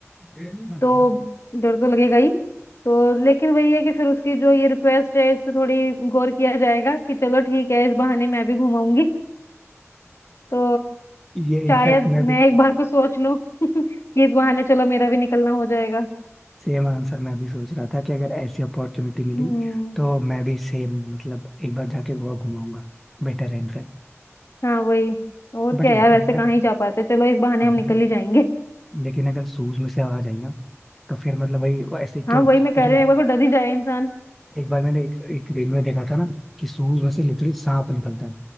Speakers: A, in the centre; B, on the left.
A: <laughs>
B: तो डर तो लगेगा ही तो लेकिन वही है कि फिर उसकी जो ये रिक्वेस्ट है इस पे थोड़ी गौर किया जाएगा कि चलो ठीक है इस बहाने मैं भी घुमाऊंगी तो
A: ये इनफैक्ट
B: शायद
A: मैं भी
B: मैं एक बार को सोच लूं <laughs> कि इस बहाने चलो मेरा भी निकलना हो जाएगा
A: सेम आंसर मैं भी सोच रहा था कि अगर ऐसी अपॉर्चुनिटी मिली
B: हम्म
A: तो मैं भी सेम मतलब एक बार जाके गोवा घुमाऊंगा बेटर है इनफैक्ट
B: हाँ वही और क्या
A: बट लिटरली
B: यार वैसे कहाँ
A: यार
B: ही जा पाते चलो इस बहाने
A: भाई
B: हम निकल ही जाएंगे
A: लेकिन अगर शूज में से आवाज आई ना तो फिर मतलब वही वो ऐसे ही
B: हाँ
A: तो वो
B: वही मैं कह
A: जो
B: रही हूँ एक बार को डर ही जाए इंसान
A: एक बार मैंने एक, एक रील में देखा था ना कि शूज में से लिटरली सांप निकलता है